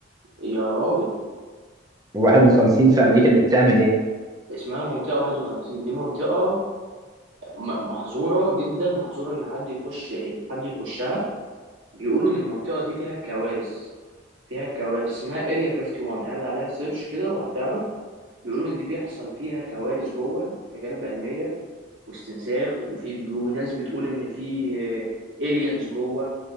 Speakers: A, on the right; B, on the right.
A: يا راجل
B: 51 في امريكا دي بتعمل ايه؟
A: اسمها المنطقة 51 دي منطقة م- محظورة جدا محظورة ان حد يخش ان حد يخشها بيقولوا ان المنطقة دي فيها كوارث فيها كوارث اسمها اريا 51 اعمل عليها سيرش كده وهتعرف بيقولوا ان دي بيحصل فيها كوارث جوه تجارب علمية واستنساخ وفي وناس بتقول ان في الينز جوه